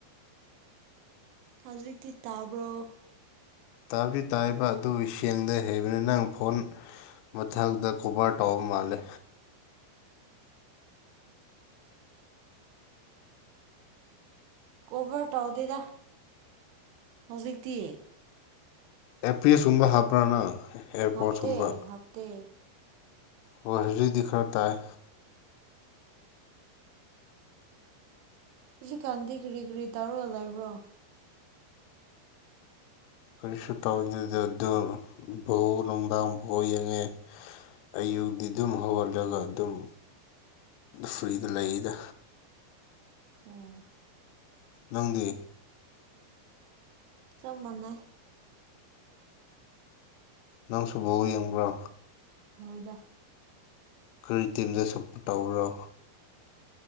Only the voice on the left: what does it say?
ꯇꯥꯗꯤ ꯇꯥꯔꯤꯕ ꯑꯗꯨ ꯁꯦꯡꯗ ꯍꯩꯕꯅꯤ ꯅꯪ ꯐꯣꯟ ꯃꯊꯛꯛꯇ ꯀꯣꯕꯥꯔ ꯇꯥꯎꯕ ꯃꯥꯜꯂꯦ
ꯑꯦꯄꯤꯁꯀꯨꯝꯕ ꯊꯛꯄꯔ ꯅꯪ ꯑꯦꯌꯔꯄꯣꯔꯠꯁꯀꯨꯝꯕ
ꯍꯣꯏ ꯍꯧꯖꯤꯛꯗꯤ ꯈꯔ ꯇꯥꯏ
ꯀꯔꯤꯁꯨ ꯇꯧꯗꯗ ꯑꯗꯨ ꯣꯛ ꯅꯨꯡꯗꯥꯡ ꯐ ꯌꯦꯡꯉꯦ ꯑꯌꯨꯛꯇꯤ ꯑꯗꯨꯝ ꯍꯧꯍꯜꯂꯒ ꯑꯗꯨꯝ ꯐ꯭ꯔꯤꯗ ꯂꯩꯗ
ꯅꯪꯗꯤ
ꯅꯪꯁꯨ ꯕꯣꯜ ꯌꯦꯡꯕ꯭ꯔꯣ
ꯀꯔꯤ ꯇꯤꯝꯗ ꯁꯄꫭꯠ ꯇꯧꯕ꯭ꯔꯣ